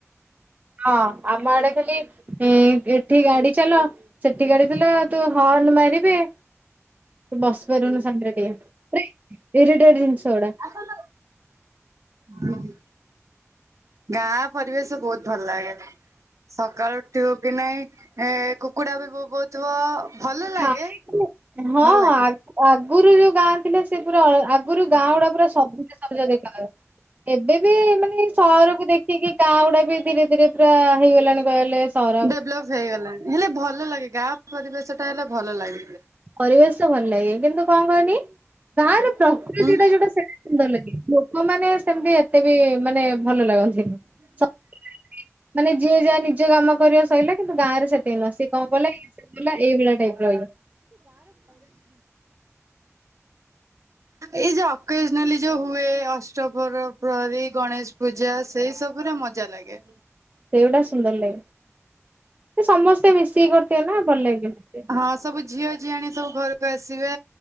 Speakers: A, on the right (about 30°); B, on the right (about 80°).
A: ହଁ ଆମ ଆଡେ ଖାଲି ହୁଁ ଏଠି ଗାଡି ଚାଲ ସେଠି ଗାଡି ଦେଲ ତୁ ହର୍ଣ ମାରିବେ ତୁ ବସି ପାରିବୁନ ସାନ୍ତିରେ ଟିକେ ରେ ଏରିଟେଡ ଜିନିଷ ଗୁଡା।
B: <inaudible> ଉଁ ହୁଁ ଗାଁ ପରିବେଶ ବହୁତ ଭଲ ଲାଗେ। ସକାଳୁ ଉଠିବ କି ନହିଁ ଏ କୁକୁଡା ବି ବୋବଉ ତ ଭଲ ଲାଗେ
A: ହଁ ହଁ
B: ଭଲ ଲାଗେ।
A: ଆଗ ଆଗରୁ ଯୋଉ ଗାଁ ଥିଲା ସେ ପୁରା ଆଲ ଆଗରୁ ଗାଁ ଗୁଡା ପୁରା ସବୁଜ ସବୁଜ ଦେଖାଏ। ଏବେ ବି ମାନେ ସହରକୁ ଦେଖିକି ଗାଁ ଗୁଡା ବି ଧୀରେ ଧୀରେ ପୁରା ହେଇଗଲାଣି କହିଲେ ସହର
B: ଡେଭଲପ ହେଇଗଲା ହେଲେ ଭଲ ଲାଗେ ଗାଁ ପରିବେଶ ଟା ହେଲେ ଭଲ ଲାଗେ।
A: ପରିବେଶ ଭଲ ଲାଗେ କିନ୍ତୁ କଣ କନି ଗାଁରେ ପ୍ରକୃତି
B: ହୁଁ
A: ଟା ଯୋଉଟା ସେଇଟା ସୁନ୍ଦର ଲାଗେ। ମଁ ମାନେ ସେମିତି ଏତେ ବି ମାନେ ଭଲ ଲାଗନ୍ତି, ସ ମାନେ ଯିଏ ଯାହା ନିଜ କାମ କରି ସଇିଲା କିନ୍ତୁ ଗାଁରେ ସେତିକ କଣ ଗଲେ ବଲା ଏଇ ଭଳିଆ ଟାଇପ ର ହେଈଥାଏ।
B: ଏଇ ଯୋଉ ଅକେଜନାଲି ଯୋଉ ହୁଏ ଅଷ୍ଟପର ପ୍ରହରୀ ଗଣେଶ ପୂଜା ସେଇ ସବୁରେ ମଜା ଲାଗେ।
A: ସେଇଗୋଟା ସୁନ୍ଦର ଲାଗେ ସମସ୍ତେ ମିଶିକି କରିଥିବେ ନା ଭଲ ଲାଗିବ।
B: ହଁ ସବୁ ଝିଅ ଜି ଆଣି ସବୁ ଘରକୁ ଆସିବେ